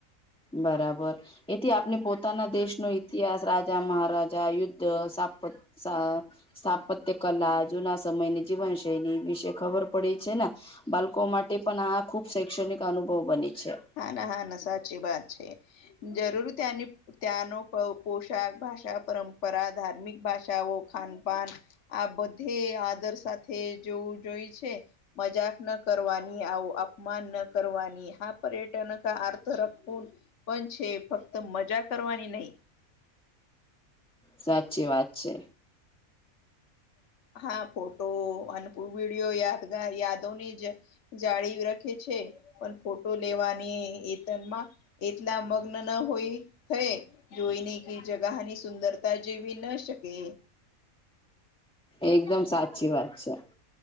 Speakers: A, in the centre; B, on the left.
A: બરાબર એથી આપણે પોતાના દેશનો ઇતિહાસ રાજા મહારાજા યુદ્ધપત સ સ્થાપત્ય કલા જૂના સમયની જીવનશૈલી વિશે ખબર પડી છે ને બાળકો માટે પણ આ ખુબ શૈક્ષણિક અનુભવ બને છે
B: હા ના હા ના સાચી વાત છે જરૂર ત્યાંની ત્યાંનો પોશાક ભાષા પરંપરા ધાર્મિક ભાષાઓ ખાનપાન આ બધે આદર સાથે જોવું જોઈ છે મજાક ન કરવાની આવું અપમાન ન કરવાની હા પર્યટન ક આર્તરખ પણ છે ફક્ત મજા કરવાની નહી
A: સાચી વાત છે
B: હા ફોટો અનૂ વિડીિયો યાદગાર યાદોની જ જાળ રાખે છે પણ ફોટો લેવાની એતનમાં એટલા મગ્ન ન હોય થય જોઈને કે જગાની સુંદરતા જેવી ન શકે
A: એકદમ સાચી વાત છે